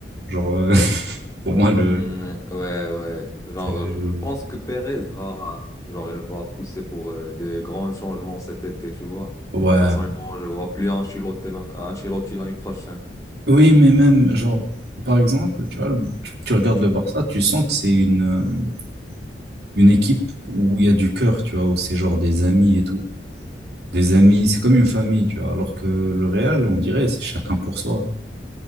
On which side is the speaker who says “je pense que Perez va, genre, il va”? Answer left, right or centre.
Left